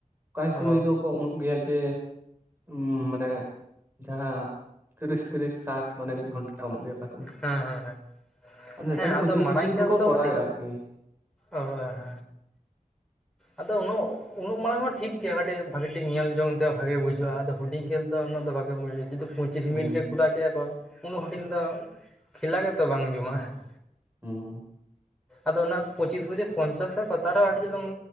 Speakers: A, on the right (about 15°); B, in the centre.
A: ᱚᱠᱟᱭ ᱥᱚᱢᱚᱭ
B: ᱚ
A: ᱫᱚᱠᱚ ᱮᱢᱚᱜ ᱜᱮᱭᱟ ᱡᱮ ᱩᱢᱻ ᱢᱟᱱᱮ ᱡᱟᱦᱟᱸ ᱛᱤᱨᱤᱥ ᱛᱤᱨᱤᱥ ᱥᱟᱴ ᱢᱟᱱᱮ ᱢᱤᱫ ᱜᱷᱚᱱᱴᱟ᱾ ᱮᱢᱚᱜ ᱜᱮᱭᱟ ᱚᱠᱟ ᱥᱚᱢᱚᱭ
B: ᱦᱮᱸ ᱦᱮᱸ ᱦᱮᱸ
A: ᱟᱫᱚ ᱱᱮᱛᱟᱨ
B: ᱦᱮᱸ
A: ᱫᱚ ᱯᱚᱸᱪᱤᱥ
B: ᱢᱟᱨᱟᱝ
A: ᱯᱚᱸᱪᱤᱥ
B: ᱠᱷᱮᱞ
A: ᱠᱚᱠᱚ
B: ᱫᱚ
A: ᱠᱚᱨᱟᱣᱮᱫᱼᱟ
B: ᱠᱟᱹᱴᱤᱡ
A: ᱟᱨᱠᱤ᱾
B: ᱚ <unintelligible> ᱟᱫᱚ ᱩᱱᱩᱜ ᱩᱱᱟᱹᱜ ᱢᱟᱲᱟᱝ ᱦᱚᱸ ᱴᱷᱤᱠ <unintelligible> ᱠᱟᱹᱴᱤᱡ ᱵᱷᱟᱜᱮ ᱴᱷᱤᱠ ᱧᱮᱞ ᱡᱚᱝᱛᱮ ᱦᱚᱸ ᱵᱷᱟᱜᱮ ᱵᱩᱡᱷᱟᱹᱜᱼᱟ, ᱟᱫᱚ ᱦᱩᱰᱤᱧ ᱠᱷᱮᱞ ᱫᱚ ᱩᱱᱟᱹᱜ ᱫᱚ ᱵᱷᱟᱜᱮ <unintelligible> ᱡᱩᱫᱤ ᱯᱚᱸᱪᱤᱥ
A: ᱦᱩᱸ
B: ᱢᱤᱱᱤᱴ ᱜᱮ ᱠᱩᱨᱟᱣ ᱠᱮᱭᱟ ᱠᱚ ᱩᱱᱟᱹᱜ ᱦᱩᱰᱤᱧ ᱫᱚ ᱠᱷᱮᱞᱟ ᱜᱮ ᱛᱚ ᱵᱟᱝ ᱡᱚᱢᱟᱜᱼᱟ ᱾
A: ᱦᱮᱸ
B: ᱟᱫᱚ ᱚᱱᱟ ᱯᱚᱸᱪᱤᱥ ᱯᱚᱸᱪᱤᱥ ᱯᱚᱧᱪᱟᱥ ᱠᱚ ᱛᱟ ᱨᱮᱦᱚ ᱟᱹᱰᱤ ᱡᱩᱞᱩᱝ